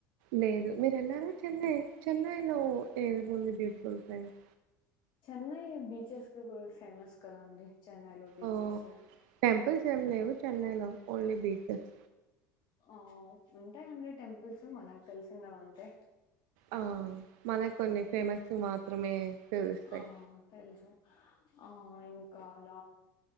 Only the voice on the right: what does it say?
లేదు మీరు ఎళ్లారా చెన్నై చెన్నైలో ఏది ఉంది బ్యూటిఫుల్ ప్లేస్.
ఒ టెంపుల్స్ ఏం లేవు చెన్నైలో ఓన్లీ బీచస్
ఆ మనకు కొన్ని ఫేమస్ మాత్రమే తెలుస్తాయి